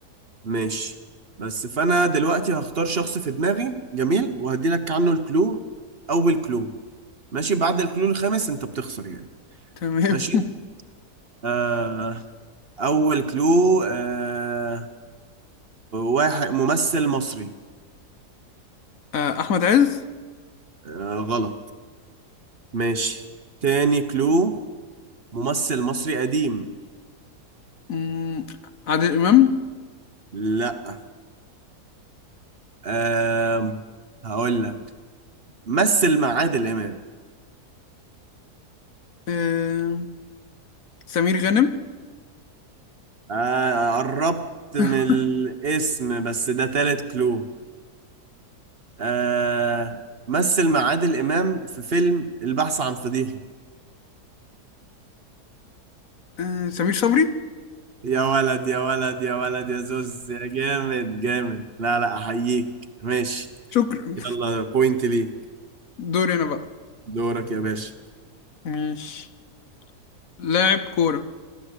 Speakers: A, on the right; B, on the left.
A: ماشي بس فانا دلوقتي هختار شخص في دماغي جميل وهدي لك عنه الكلو اول كلو ماشي بعد الكلو الخامس انت بتخسر يعني
B: تمام
A: ماشي
B: <laughs>
A: آه اول كلو آه واحد ممثل مصري
B: آه، احمد عز
A: آه غلط ماشي تاني كلو ممثل مصري قديم
B: مم، عادل امام
A: لا آه هقول لك مثل مع عادل إمام
B: آه، سمير غانم
A: آه قربت من
B: <laughs>
A: الاسم بس ده تالت كلو آه مثل مع عادل إمام في فيلم البحث عن فضيحة
B: آه، سمير صبري
A: يا ولد يا ولد يا ولد يا زوز يا جامد جامد لا لا أحييك ماشي
B: شكرا
A: يلا بوينت ليك
B: دوري انا بقى
A: دورك يا باشا
B: ماشي لاعب كورة